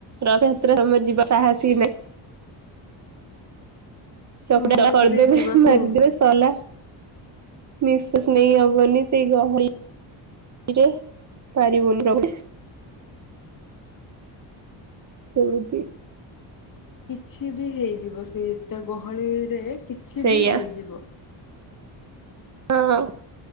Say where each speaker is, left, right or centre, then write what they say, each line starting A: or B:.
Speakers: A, on the right; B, on the left.
A: ରଥଯାତ୍ରରେ ଆମର ଯିବା ସାହସ ହିଁ ନାହିଁ। ଚକଟା
B: ମୁଁ
A: ଦଳା କରିଦେବେ
B: ବି ଯିବାକୁ
A: ମରିଦେବେ ସଲା। ନିଶ୍ୱାସ ନେଇହବନି ସେ ଗହଳି ରେ ରେ ପାରିବୁଣି <unintelligible> ସେମିତି
B: କିଛି କିଛି ବି ହେଇଯିବ ସେ ଏତେ ଗହଳିରେ କିଛି
A: ସେଇଆ
B: ବି ହେଇଯିବ।
A: ହଁ